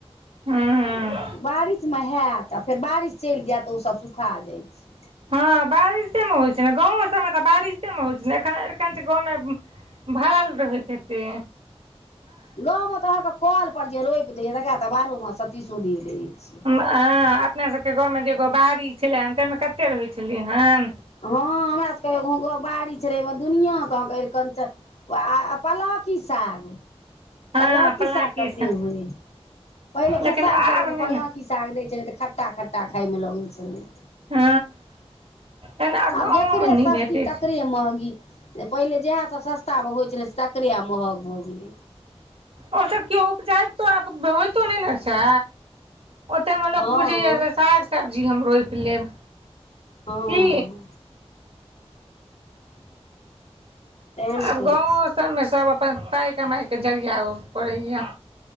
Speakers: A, on the right; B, on the left.
A: हँ हँ।
B: बारिशमे होयत आ फेर बारिश चलि जायत त ओसभ सुखा जाइत छै।
A: हँ बारिशेमे होइ छै ने गावो सभमे तऽ बारिशेमे होइ छै ने एखन एन गावमे भड़ाल रहै छै
B: गाव मे तऽ अहाँकेँ कल पर जे रोपि दैय तकरा तऽ बाहरो मे सतीशोडीर रहै छियै।
A: अ अपना सभके गावमे जे एगो बाड़ी छलै हेन ताहिमे कते रहै छलै हेन।
B: हँ हमरा सभके एगो बारिश रहैमे दुनिआँ कह क पलव कि साग
A: हँ
B: पलाव की
A: पलांकी
B: साग कते
A: से
B: हुए। पहिले
A: लेकिन
B: खेसारी
A: आब
B: साग
A: नहि
B: पलाकि
A: ने
B: साग दै छलै तऽ खटटा खट्टा खायमे लगै छलै।
A: हँ। तहन गाँवोमे
B: आब जकरे
A: नहि
B: सस्ती
A: भेटै
B: तकरे
A: छै
B: महगी। पहिले जएहसभ सस्तामे होइ छलै तकरे आब महग भऽ गेलै।
A: ओ सभ के उपजाइबतो आब त होइतो नहि ने छै ओते मे
B: हँ
A: लोक बुझैये जे साग सब्जी हम रोपि लेब।
B: हँ
A: कि
B: तें ने
A: आब
B: कहै
A: गावो
B: छी
A: सभ मे सभ अपन पाइ कमाय के जरिया ओ पड़ैये